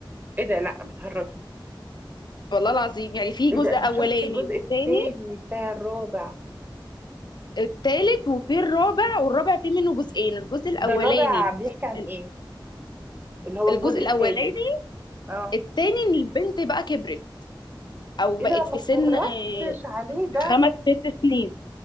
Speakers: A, on the right; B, on the left.
A: ايه ده لا بتهرجي
B: والله العظيم يعني في
A: ايه
B: جزء
A: ده انا
B: اولاني
A: ما شفتش الجزء
B: والثاني
A: التاني بتاع الرابع
B: الثالث وفي الرابع والرابع في منه جزئين الجزء الاولاني
A: ده الرابع بيحكي عن
B: ال-
A: ايه اللي هو
B: الجزء
A: الجزء
B: الاولاني
A: التاني اه
B: الثاني ان البنت بقى كبرت او بقت
A: ايه ده ما
B: في
A: اتفرجتش
B: سن آه،
A: عليه ده
B: خمس ست سنين